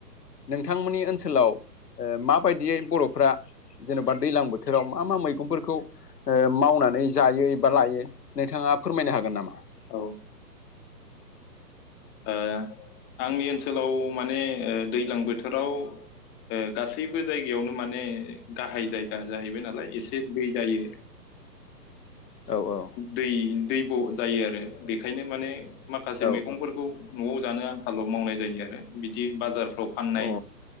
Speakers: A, on the left (about 70°); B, on the left (about 20°).
A: नोंथांमोननि ओनसोलाव ओ माबायदियै बर'फ्रा जेन'बा दैलां बोथोराव मा मा मैगंफोरखौ ओ मावनानै जायो एबा लायो नोंथाङा फोरमायनो हागोन नामा?
B: औ। ओ आंनि ओनसोलाव माने ओ दैज्लां बोथोराव ओ गासैबो जायगायावनो माने गाहाय जायगा जाहैबाय नालाय एसे दै जायो।
A: औ औ।
B: दै दै ब' जायो आरो बेखायनो माने माखासे
A: औ
B: मैगंफोरखौ न'आव जानो आंखाल' मावनाय जायो आरो बिदि बाजारफ्राव फाननाय
A: औ